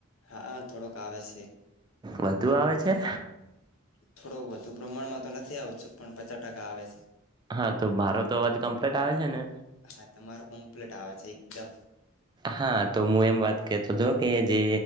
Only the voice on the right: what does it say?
વધુ આવે છે
હા તો મારો તો અવાજ કમ્પ્લીટ આવે છે ને
હા તો હું એમ વાત કરતો હતો કે જે